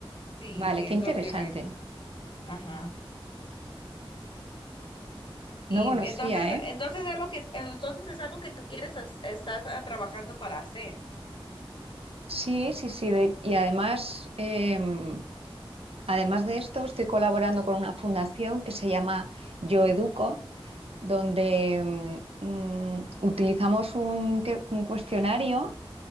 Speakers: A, on the left (about 55°); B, on the right (about 85°).
A: Sí,
B: vale,
A: sí,
B: qué
A: es
B: interesante.
A: lo que he hecho. Ajá.
B: No
A: Y
B: conocía,
A: entonces,
B: ¿eh?
A: entonces es lo que, entonces es algo que tú quieres, as- estás ah, trabajando para hacer.
B: Sí, sí, sí. de- y además, em, además de esto, estoy colaborando con una fundación que se llama Yo Educo, donde em, mm, utilizamos un, que- un cuestionario